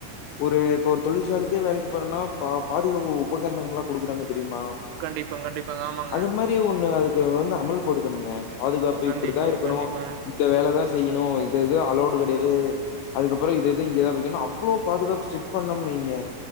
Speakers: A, on the left; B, on the right.
A: ஒரு இப்போ ஒரு தொழிற்சாலைக்கே வேலைக்கு அப்புறனா பா பாதுகாப்பு உபகரணங்கள் எல்லா குடுக்குறாங்க தெரியுமா
B: கண்டிப்பா, கண்டிப்பாங்க. ஆமாங்க.
A: அது மாதிரி ஒன்னு அதுக்கு வந்து அமல்படுத்தணுங்க பாதுகாப்பு
B: கண்டிப்பாங்க,
A: இப்டித்தா இருக்கனு
B: கண்டிப்பாங்க.
A: இந்த வேலதா செய்யணு இது இது அலோடு கெடயாது அதுக்கப்புறோ இது இது இங்கத வக்கணு அவ்ளோ பாதுகாப்பு ஸ்டிக் பண்ணும் வைங்க